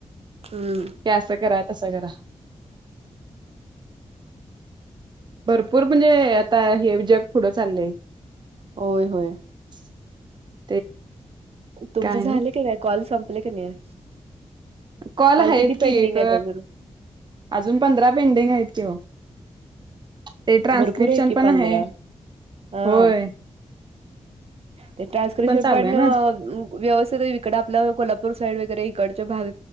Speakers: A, on the right; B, on the right.
A: हं
B: की असं करा तसं करा भरपूर म्हणजे आता हे जग पुढं चाललंय.
A: होय होय
B: <inaudible>
A: तुमच
B: काय
A: झाले
B: नाही
A: की नही कॉल संपले की नाही?
B: कॉल हायेत
A: किती पेंडिंग
B: की एक
A: आहेत अजून
B: अजून पंधरा पेंडिंग आहेत की ओ ते ट्रान्स्क्रिप्शन
A: भरपूर आहेत की
B: पण
A: पंधरा
B: आहे.
A: हा
B: होय
A: ते ट्रान्स्क्रिप्शन
B: चालू
A: पण
B: आहे ना
A: व्यवस्थित इकड आपलं कोल्हापूर साईड वगैरे इकडच्या भाग